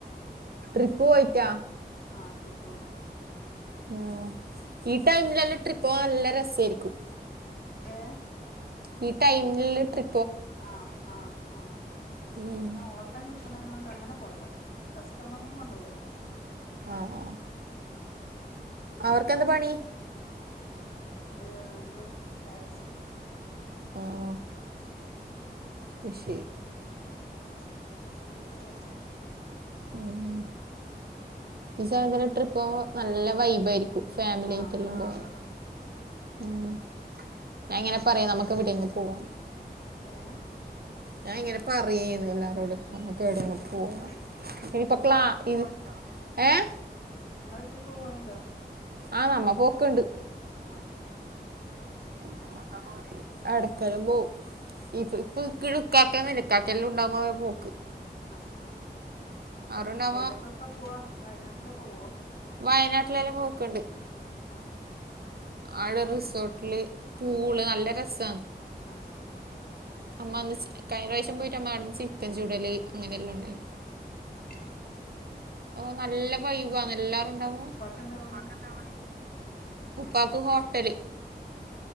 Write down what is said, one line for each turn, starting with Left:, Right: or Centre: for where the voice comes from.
Right: ട്രിപ്പ് പോയിറ്റാ?
Left: ആഹ്, ട്രിപ്പ് പോയതാ.
Right: ഏഹ്, ഈ ടൈമിലല്ല ട്രിപ്പ് പോവാൻല്ല രസായ്രിക്കും.
Left: ഏഹ്,
Right: ഈ ടൈമില് ട്രി
Left: ആഹ്, ആഹ്, ആഹ്.
Right: ഉം
Left: പിന്നെ ഓട്ടം കിട്ടുന്നതിനോണ്ട് അങ്ങനെ പോയതാ കസ്റ്റമർനിം കൊണ്ട് പോയതാ.
Right: ആഹ്, ആഹ് അവർക്കെന്താ പണി
Left: ഏഹ്, ത് ടാക്സി.
Right: ആഹ്. <unintelligible>
Left: ടാക്സി യൂടൂബറാ.
Right: ഉം, ഉം. ഈ സമയത്തൊര് ട്രിപ്പോവുമ്പം നല്ല വൈബേരിക്കും. ഫേമിലിയയ്ട്ടെല്ലം
Left: ആഹ്
Right: പോവല്.
Left: അതെ
Right: ഉം എങ്ങനെ പറയും നമക്ക് എവിടെങ്കിലും പോവാം
Left: ഏഹ്.
Right: ഞാഇങ്ങനെ പറയേന്ന് ല്ലാരോടും. നമ്മക്കേടങ്കും പോവാ,
Left: ആഹ്
Right: ഇനിപ്പ
Left: ഇങ്ങള്
Right: ക്ലാ ഇത് ഏഹ്?
Left: ങ്ങള് ട്രിപ്പ് പോവൽണ്ടോ?
Right: ആഹ് നമ്മ പോക്ക്ണ്ട്.
Left: ആഹ്, ആഹ്
Right: എങ്ങോട്ടാ പോവല്? എടക്കെല്ലം പോവും. ഈപ്പ് ഇപ്പ് ക്ക്ള് ഇക്കാക്കന്നുല്ല്യ, ഇക്കാക്കെല്ലും ഉണ്ടാവുമ്പഴാ പോക്ക്.
Left: ആഹ്, ആഹ്
Right: അവരുണ്ടാകുമ്പോ
Left: എവിടേക്കൊക്ക പോവാ, വയനാട്ടിലൊക്കെ പോവോ?
Right: വയനാട്ടിലെല്ലം പോക്ക്ണ്ട്.
Left: ആഹ്, ആഹ്
Right: ആടെ റിസോർട്ട്ല് പൂള്, നല്ല രസാന്ന്.
Left: ആഹ്, ആഹ്
Right: അമ്മഅന്ന് സ് കഴിഞ്ഞറാശ്യം പോയിട്ട് അമ്മ <unintelligible> ചിക്കൻ ചുടല് അങ്ങനെല്ലാണ്ടായിനി.
Left: ആഹ്
Right: ഓ നല്ല വൈബാന്ന്
Left: ശരി
Right: എല്ലാരുണ്ടാവുമ്പം.
Left: ഉപ്പാക്ക് എന്താ പണി
Right: പ്പാക്കെന്താ പണി.
Left: ആഹ്
Right: ഉപ്പാക്ക്
Left: ആഹ്
Right: ഹോട്ടല്.